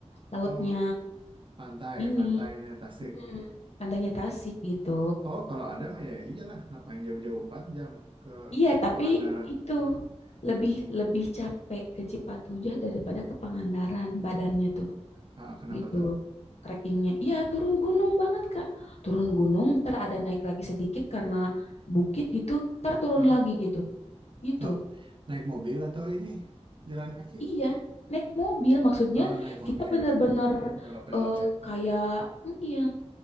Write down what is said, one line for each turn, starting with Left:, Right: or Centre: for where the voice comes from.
Left: lautnya
Right: Oh, pantai,
Left: ini
Right: pantainya Tasik.
Left: mm, pantainya Tasik gitu.
Right: Oh, kalau ada mah ya iyalah. Ngapain jauh-jauh 4 jam ke
Left: Iya, tapi
Right: Pangandaran.
Left: itu lebih lebih capek ke Cipatujah daripada ke Pangandaran badannya tuh
Right: Ah, kenapa
Left: gitu.
Right: tuh?
Left: Trekkingnya, iya turun gunung banget Kak. Turun gunung, ntar ada naik lagi sedikit karena bukit gitu, ntar turun
Right: Ah,
Left: lagi gitu, gitu.
Right: ah. Naik mobil atau ini jalan kaki?
Left: Iya, naik mobil maksudnya
Right: Oh, naik mobil.
Left: kita benar-benar
Right: Belok-belok
Left: eh,
Right: ya.
Left: kayak mm, iya